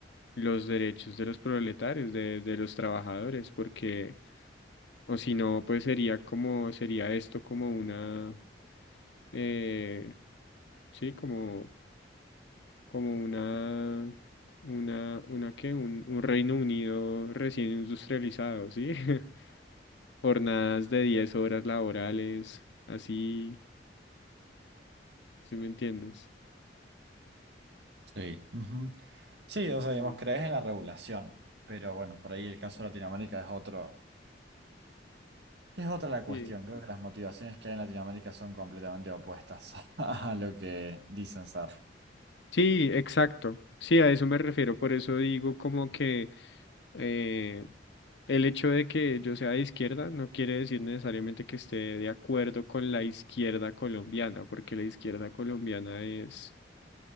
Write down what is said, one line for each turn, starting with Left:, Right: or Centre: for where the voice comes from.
Left: los derechos de los proletarios, de, de los trabajadores, porque, o si no, pues sería como, sería esto como una, eh, sí, como como una, una, una qué, un, un Reino Unido recién industrializado, ¿sí? <laughs> Jornadas de 10 horas laborales, así, ¿sí me entiendes?
Right: Sí. Ujú. Sí, o sea,
Left: Sí,
Right: digamos, crees en la regulación, pero bueno, por ahí el caso de Latinoamérica es otro, es otra la cuestión.
Left: sí.
Right: Creo que las motivaciones que hay en Latinoamérica son completamente opuestas <laughs> a lo que dicen ser.
Left: Sí, exacto. Sí, a eso me refiero. Por eso digo como que eh, el hecho de que yo sea de izquierda no quiere decir necesariamente que esté de acuerdo con la izquierda colombiana, porque la izquierda colombiana es